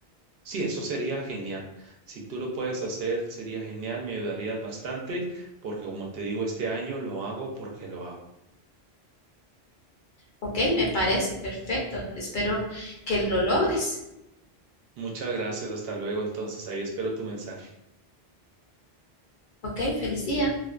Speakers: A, on the right; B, on the left.
A: Sí, eso sería genial. Si tú lo puedes hacer, sería genial, me ayudarías bastante, porque como te digo, este año lo hago porque lo hago.
B: Ok, me parece perfecto. Espero que lo logres.
A: Muchas gracias, hasta luego entonces, ahí espero tu mensaje.
B: Ok, feliz día.